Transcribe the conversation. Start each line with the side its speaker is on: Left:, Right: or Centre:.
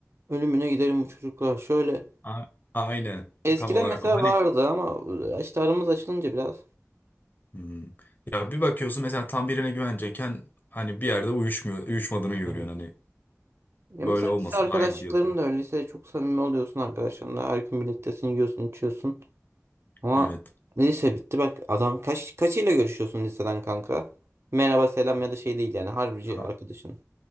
Right: Ölümüne giderim bu çocuklar. Şöyle
Left: A- Aynen
Right: Eskiden
Left: tam olarak
Right: mesela
Left: o. Hani
Right: vardı ama işte aramız açılınca biraz.
Left: hmm. Ya bir bakıyorsun mesela tam birine güvenecekken hani bir yerde uyuşmuyor, uyuşmadığını görüyorsun
Right: Evet.
Left: hani
Right: Ya
Left: böyle
Right: mesela
Left: olmasın
Right: lise arkadaşlıkların
Left: daha iyi diyorsun.
Right: da öyle. Lisede çok samimi oluyorsun arkadaşlarınla. Her gün birliktesin, yiyorsun, içiyorsun. Ama
Left: Evet.
Right: lise bitti. Bak adam kaç kaçıyla görüşüyorsun liseden kanka? Merhaba, selam ya da şey değil yani. Harbici
Left: Ha,
Right: arkadaşın.